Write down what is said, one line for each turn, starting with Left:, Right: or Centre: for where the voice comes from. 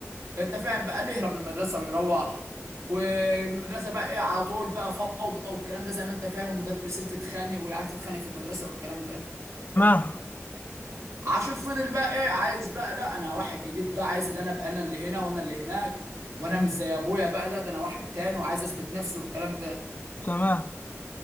Right: كان انت فاهم بقى اللي يهرب من المدرسه ويروح والمدرسه بقى ايه على طول بقى فوضى والكلام ده زي ما انت فاهم مدرسين تتخانق والعيال تتخانق في المدرسه والكلام ده
Left: تمام
Right: عاشور فضل بقى ايه عايز بقى لا انا واحد جديد بقى عايز ان انا ابقى انا اللي هنا وانا اللي هناك وانا
Left: مم،
Right: مش زي ابويا بقى لا ده انا واحد تاني وعايز اثبت نفسي والكلام ده
Left: تمام